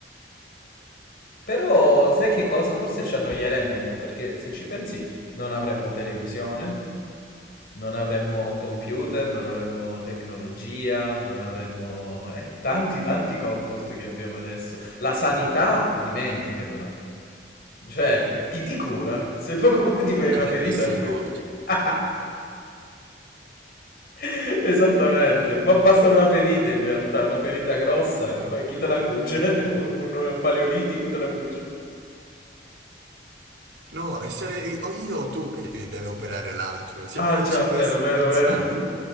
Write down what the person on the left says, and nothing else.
Però sai che cosa? Forse ci annoieremmo un po' perché se ci pensi non avremmo televisione, non avremmo computer, non avremmo tecnologia, non avremmo eh, tanti tanti comfort che abbiamo adesso. La sanità, dimenticatela. Cioè, chi ti cura? Se poco poco ti fai
una
ferita,
poi...
<laughs> <laughs> Esattamente, ma basta una ferita in realtà, una ferita grossa. co- Chi te la cuce? <laughs> Un, un paleolitico te la cuce.
Ah
già,
vero,
vero,
vero.